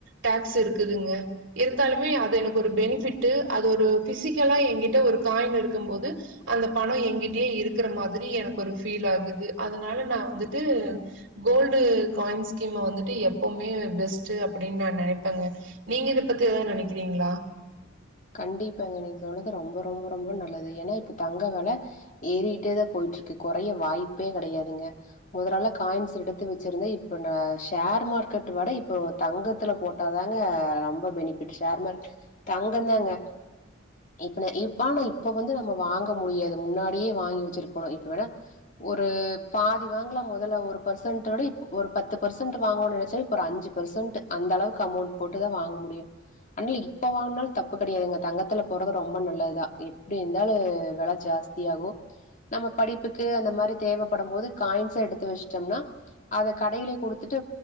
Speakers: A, on the right; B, on the left.
A: டேக்ஸ் இருக்குதுங்க இருந்தாலுமே அது எனக்கு ஒரு பெனிஃபிட்டு அது ஒரு பிசிக்கலா எங்கிட்ட ஒரு காயின் இருக்கம்போது அந்த பணம் எங்கிட்டயே இருக்கற மாதிரி எனக்கு ஒரு ஃபீல் ஆகுது அதனால நா வந்துட்டு கோல்டு காயின் ஸ்கீம வந்துட்டு எப்பவுமே பெஸ்ட் அப்டின்னு நா நெனைப்பேங்க நீங்க இத பத்தி எதாவது நினைக்கிறீங்களா
B: கண்டிப்பாங்க நீங்க சொன்னது ரொம்ப ரொம்ப ரொம்ப நல்லது ஏன்னா இப்ப தங்க வெல ஏறிட்டேதா போயிட்டுருக்கு கொறைய வாய்ப்பே கெடையாதுங்க மொதலலா காயின்ஸ் எடுத்து வச்சிருந்த இப்ப நா ஷேர் மார்க்கெட் வட இப்போ தங்கத்துல போட்டாதாங்க ரொம்ப பெனிஃபிட்டு ஷேர் மார்க்கெட் தங் நெசம் தாங்க இப்ப ந இப்பா இப்ப வந்து வாங்க முடியாது முன்னாடியே வாங்கி வச்சிருக்கணு இப்பவேணா ஒரு பாதி வாங்கலா மொதல்ல ஒரு பர்சன்ட்டோட இ ஒரு பத்து பர்சன்ட் வாங்கனும்னு நெனச்சா இப்ப ஒரு அஞ்சி பர்சன்ட் அந்த அளவுக்கு அமௌண்ட் போட்டு தான் வாங்க முடியும் ஆனா இப்ப வாங்குனாலும் தப்பு கிடையாதுங்க தங்கத்துல போறது ரொம்ப நல்லதுதான் எப்படி இருந்தாலும் விலை ஜாஸ்தியாகும் நம்ம படிப்புக்கு அந்த மாதிரி தேவைப்படம் போது காயின்ஸ்சா எடுத்து வச்சிட்டோம்னா அத கடையிலயே குடுத்துட்டு